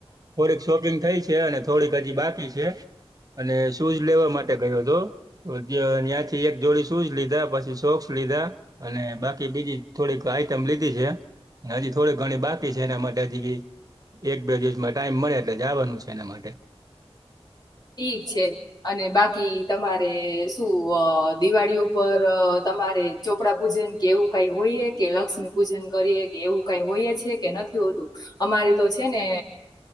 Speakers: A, on the right; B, on the left.
A: થોડીક શોપિંગ થઈ છે, અને થોડીક હજી બાકી છે. અને શૂઝ લેવા માટે ગયો હતો તો ત્યાંથી એક જોડી શું જ લીધા પછી સોક્સ લીધા અને બાકી બીજી થોડીક આઈટમ લીધી છે, હજી થોડીક ઘણી બાકી છે, એના માટે જગી એક બે દિવસમાં ટાઈમ મળે એટલે જવાનું છે એના માટે
B: ઠીક છે. અને બાકી તમારે શું દિવાળી ઉપર તમારે ચોપડા પૂજન કે એવું કઈ હોઈએ કે લક્ષ્મી પૂજન કરીએ કે એવું કઈ હોઈ છે કે નથી હોતું? અમારે તો છે ને